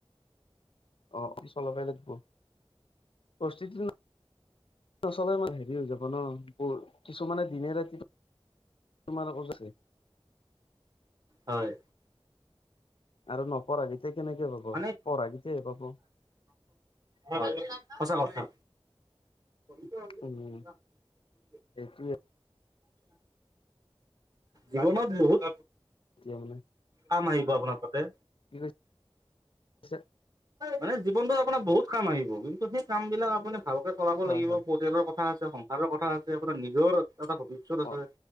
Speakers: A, on the left (about 65°); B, on the right (about 40°).
A: অ অফিচৰ পৰা আহিলে দিব পৰিস্থিতি <unintelligible> নচলে ইমান হেৰি হৈ যাব ন প কিছুমানে দিনে ৰাতিয়ে তোমাৰ গছ আকে
B: হয়
A: আৰু নপৰা যে তে কেনেকে হ'ব পঢ়া
B: মানে
A: কেইটাই হে পাব
B: হয় সঁচা কথা <unintelligible>
A: উম সেইটোয়ে
B: জীৱনত বহুত
A: তেতিয়াহলে
B: কাম আহিব আপোনাৰ তাতে
A: কি কৈছে
B: মানে জীৱনটোত আপোনাৰ বহুত কাম আহিব কিন্তু সেই কাম বিলাক আপুনি ভালকে চলাব লাগিব
A: হয় হয়
B: পৰিয়ালৰ কথা কথা আছে সংসাৰৰ কথা আছে আপোনাৰ নিজৰ এটা ভৱিষ্যত আছে
A: অ